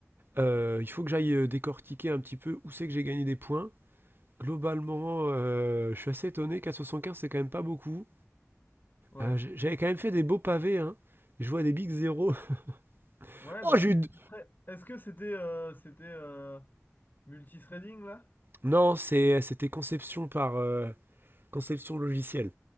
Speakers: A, on the right; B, on the left.
A: euh, il faut que j'aille euh, décortiquer un petit peu où c'est que j'ai gagné des points. Globalement, euh, je suis assez étonné. 475, c'est quand même pas beaucoup.
B: Ouais.
A: Euh, j- J'avais quand même fait des beaux pavés. Hein. Je vois des big zéro. <laughs>
B: Ouais,
A: Oh,
B: bah,
A: j'ai
B: c'est...
A: eu une-
B: Après, est-ce que c'était euh, c'était euh, multithreading, là?
A: Non, c'est- c'était conception par euh, conception logicielle.